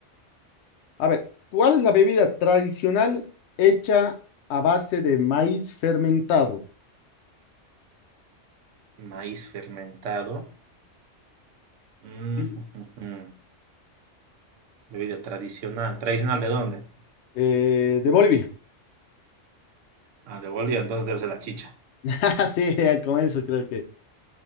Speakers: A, on the left (about 65°); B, on the right (about 80°).
A: a ver, ¿cuál es la bebida tradicional hecha a base de maíz fermentado?
B: Maíz fermentado. Mm,
A: Sí.
B: <laughs> Bebida tradicional. ¿Tradicional de dónde?
A: Eh, de Bolivia.
B: Ah, de Bolivia, entonces debe ser la chicha.
A: <laughs> Sí, con eso creo que.